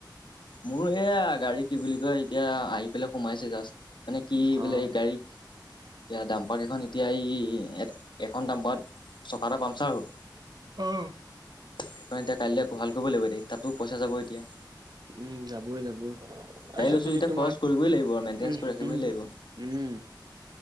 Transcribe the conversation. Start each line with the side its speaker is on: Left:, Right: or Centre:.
Left: মোৰ সেইয়া গাড়ী কি বুলি কয় এতিয়া আহি পেলাই সোমাইছে জাষ্ট, মানে কি
Right: অ',
Left: বোলে এই গাড়ীক এতিয়া ডাম্পাৰ কেইখন এতিয়া এই এখন ডাম্পাৰত চকা এটা পামচাৰ হ'ল।
Right: অ'।
Left: সেইকাৰণে এতিয়া কাইলৈ ভাল কৰিব লাগিব এতিয়া তাতো পইচা যাব এতিয়া।
Right: উম যাবই যাবই তাৰপিছত
Left: গাড়ী লৈছো
Right: যদি
Left: যেতিয়া
Right: তোমাৰ,
Left: খৰচ কৰিবই লাগিব আৰু মেইনটেনেঞ্চ
Right: উম
Left: কৰি ৰাখিবই
Right: উম
Left: লাগিব।
Right: উম। <inaudible>